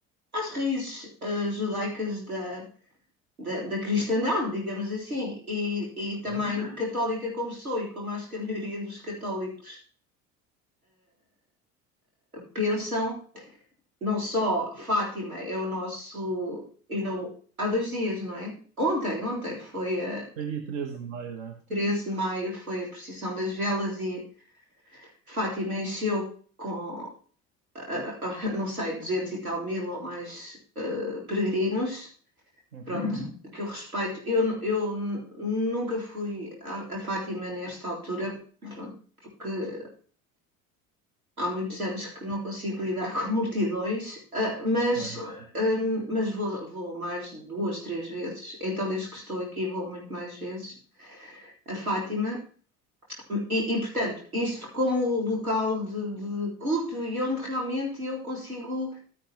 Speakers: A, on the right; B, on the right.
A: às raízes uh, judaicas da, da, da, cristandade, digamos assim, e, e também
B: É.
A: católica como sou e como acho que a <laughs> maioria dos católicos pensam, não só Fátima é o nosso, ainda o- há dois dias, não é? Ontem, ontem foi a
B: Foi dia 13 de maio, né?
A: 13 de maio, foi a procissão das velas e Fátima encheu com, ah, ah, <laughs> não sei, 200 e tal mil ou mais ah, peregrinos.
B: Uhum.
A: Pronto, que eu respeito. Eu, eu nunca fui a, a Fátima nesta altura, pronto, porque há muitos anos que não consigo lidar com <laughs> multidões, uh, mas,
B: Ok.
A: um, mas vou, vou mais duas, três vezes. Então, desde que estou aqui, vou muito mais vezes a Fátima. hum, E, e portanto, isto como local de, de, culto e onde realmente eu consigo